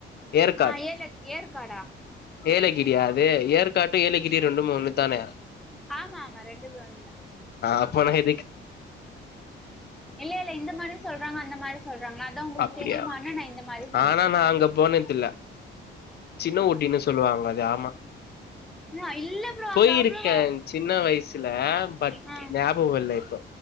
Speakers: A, on the left; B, in the centre.
A: ஏற்காடு
B: ஆ ஏல ஏற்காடா
A: ஏலகிரியா அதுே ஏற்காடும் ஏலகிரி ரெண்டுமே ஒண்ணு தானே
B: ஆமா ஆமா ரெண்டு ஒன்று தான்
A: அப்ப எ
B: இல்ல இல்ல இந்த மாரியும் சொல்றாங்க அந்த மாரி சொல்றாங்கா அதா உங்களுக்கு
A: அப்டியா
B: தெரியுமான்னு நா இந்த மாரி சொன்னே
A: ஆனா நா அங்க போனதில்ல சின்ன ஊடின்னு சொல்லுவாங்க யேமா
B: ஆ, இல்ல ப்ரோ
A: போயிருக்கே
B: அங்க அவ்வளவா
A: சின்ன வயசுல பட்
B: ஆ
A: ஞாபக இல்ல இப்போ